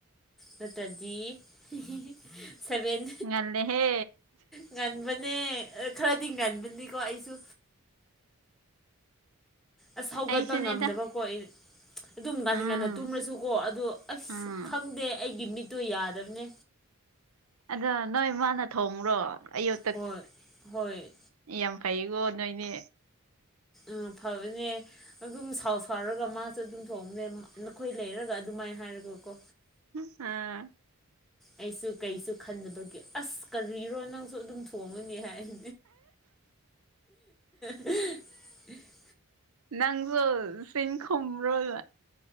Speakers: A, in the centre; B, on the right (about 75°).
A: ꯅꯠꯇ꯭ꯔꯗꯤ <unintelligible> ꯁꯚꯦꯟ
B: ꯉꯜꯂꯦꯍꯦ
A: ꯉꯟꯕꯅꯦ ꯈꯔꯗꯤ ꯉꯟꯕꯅꯤꯀꯣ ꯑꯩꯁꯨ ꯑꯥꯁ ꯍꯧꯒꯠꯄꯥ
B: ꯑꯩꯁꯨꯅꯦꯗ
A: ꯉꯝꯗꯕꯥꯕꯨ ꯑꯩ ꯑꯗꯨꯝ ꯉꯅꯤ
B: ꯎꯝ
A: ꯉꯥꯏꯟꯅ ꯇꯨꯝ꯭ꯔꯁꯨꯀꯣ ꯑꯗꯨ ꯑꯁ
B: ꯎꯝ
A: ꯈꯪꯗꯦ ꯑꯩꯒꯤ ꯃꯤꯠꯇꯨ ꯌꯥꯗꯕꯅꯦ
B: ꯑꯗꯣ ꯅꯣꯏ ꯃꯥꯅ ꯊꯣꯡꯉꯨꯔꯣ ꯑꯌꯨ
A: ꯍꯣꯏ ꯍꯣꯏ
B: ꯌꯥꯝ ꯐꯩꯀꯣ ꯅꯣꯏꯅꯦ
A: ꯎꯝ ꯐꯕꯅꯦ ꯑꯗꯨꯝ ꯁꯥꯎ ꯁꯥꯎꯔꯒ ꯃꯥ ꯁꯨ ꯑꯗꯨꯝ ꯊꯣꯡꯕ꯭ꯔꯦ ꯅꯈꯣꯏ ꯂꯩꯔꯒ ꯑꯗꯨꯃꯥꯏꯅ ꯍꯥꯏꯔꯒꯀꯣ
B: <unintelligible>
A: ꯑꯩꯁꯨ ꯀꯩꯁꯨ ꯈꯟꯗꯕꯒꯤ ꯑꯁ ꯀꯔꯤꯔꯣ ꯅꯪꯁꯨ ꯑꯗꯨꯝ ꯊꯣꯡꯉꯅꯤ ꯍꯥꯏ <unintelligible> <unintelligible>
B: ꯅꯪꯁꯨ ꯁꯤꯡ <unintelligible>